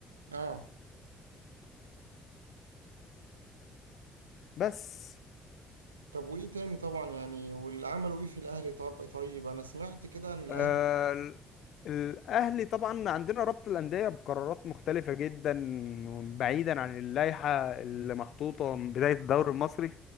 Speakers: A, on the right (about 85°); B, on the left (about 60°).
A: اه
B: بس
A: طب وايه تاني طبعا يعني واللي عملوا ايه في الاهلي طب طيب انا سمعت كده ان الاهلي
B: آه، ال- الأهلي طبعا عندنا رابطة الأندية بقرارات مختلفة جدا بعيدا عن اللائحة اللي محطوطة من بداية الدوري المصري